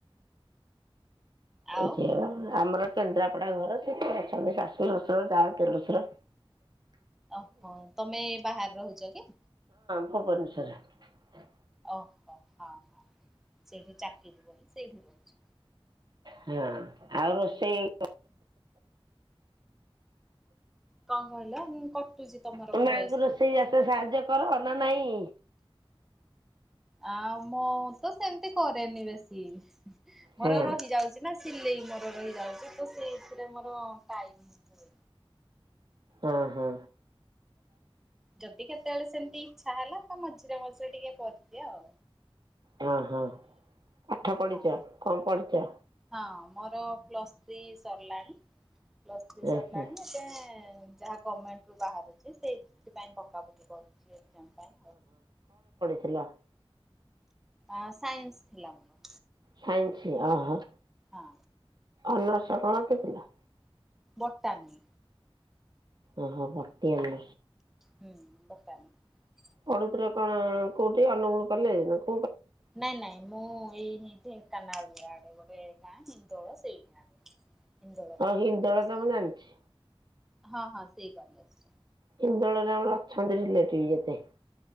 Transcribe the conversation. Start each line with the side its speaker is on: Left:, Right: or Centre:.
Centre: ଆଉ
Right: ଏଇଠି ଆମର କେନ୍ଦ୍ରାପଡ଼ା ଘର ସେଠି ଅଛନ୍ତି ଶାଶୁ ଶଶୁର ଯା ଦେଢ଼ଶୁର।
Centre: ଅହୋ ତମେ ବାହାରେ ରହୁଚ କି?
Right: ଭୁବନେଶ୍ୱରରେ।
Centre: ଅହୋ ହଁ ହଁ ସେଇଠି ଚାକିରି ବୋଲି ସେଇଠି ରହୁଚ।
Right: ହଁ ଆଉ ରୋଷେଇ
Centre: କଣ କହିଲ କଟୁଛି ତମର
Right: ତ ମାଙ୍କୁ
Centre: ଭଏସ
Right: ରୋଷେଇ
Centre: କଟୁଛି
Right: ରାଷେଇ ଆସେ
Centre: ଟିକେ।
Right: ସାହାଯ୍ୟ କର। ନା ନାଇଁ।
Centre: ଆ ମୁଁ ତ ସେମିତି କରେନି ବେଶୀ। ମୋର
Right: ହଁ
Centre: ରହିଯାଉଛି ନା ସିଲେଇ ମୋର ରହିଯାଉଛି। ତ ସେଇଥିରେ ମୋର ଟାଇ ହନି।
Right: ଓ ହୋ।
Centre: ଯଦି କେତେବେଳେ ସେମିତି ଇଚ୍ଛା ହେଲା ତ ମଝିରେ ମଝିରେ ଟିକେ କରିଦିଏ ଆଉ।
Right: ହ ହଁ ଆଠ ପଢିଛ
Centre: ହଁ
Right: କମ ପଢିଛ।
Centre: ହଁ ମୋର ପ୍ଲସ୍ ଥ୍ରୀ ସରିଲାଣି ପ୍ଲସ୍ ଥ୍ରୀ ସରିଲାଣି।
Right: ଓହୋ
Centre: ଏବେ ଯାହା ଗମେଣ୍ଟରୁୁ ବାହାରୁଛି ସେ ସେଥିପାଇଁ ପକାପୁକି କରୁଛି। ଏକ୍ଜାମ ପାଇଁ
Right: ପିଲା।
Centre: ଅ ସାଇନ୍ସ ଥିଲା ଆମର।
Right: ସାଇନ୍ସ ଅ ହ।
Centre: ହଁ।
Right: ଅନର୍ସ କଣ ରଖିଥିଲ?
Centre: ବଟାନି।
Right: ଓହୋ ଭତି ଆମ।
Centre: ହୁଁ ବଟାନି।
Right: ପଢୁଥିଲ କଣ କୋଉଠି ଅନୁଗୁଳ କଲେଜ ନା କ
Centre: ନାଇଁ ନାଇଁ ମୁଁ ଏଇ ଇ ଢେଙ୍କାନାଳରୁ ଆଡ ଗୋଟ ଗାଁ ହିନ୍ଦୋଳ ସେଇ ଗାଁ ରେ। ହିନ୍ଦୋଳ
Right: ହଁ
Centre: କଲେଜ
Right: ହିନ୍ଦୋଳ
Centre: ଗୋଟେ ସିଆଡେ
Right: ତ ମୁଁ ଜାଣିଛି।
Centre: ହଁ ହଁ ସେଇ କଲେଜ୍ ରେ।
Right: ହିନ୍ଦୋଳରେ ଆମର ଅଛନ୍ତି ରିଲେଟିଭ ଯେତେ।